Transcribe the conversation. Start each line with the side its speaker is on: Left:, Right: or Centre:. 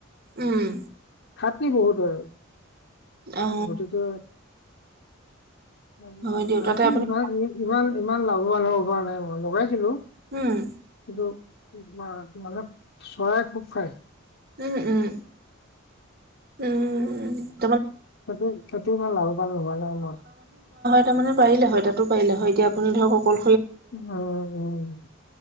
Right: উম।
Left: খাটিৰ বহুত হয় আৰু।
Right: অ
Left: গতিকে আৰুতো
Right: হয় দিয়ক তাতে আপুনি
Left: ইমান ই ইমান ইমান লাভ। ন নাই মই লগাইছিলো।
Right: উম।
Left: কিন্তু মানে চৰায়ে খুব খায়।
Right: উম, উম, উম, উম।
Left: সেইটোয়ে, সেইটো ইমান লাভৱান
Right: ত মানে পাৰিলে হয় তাতো পাৰিলে হয় এতিয়া আপুনি ধৰক অকল
Left: উম,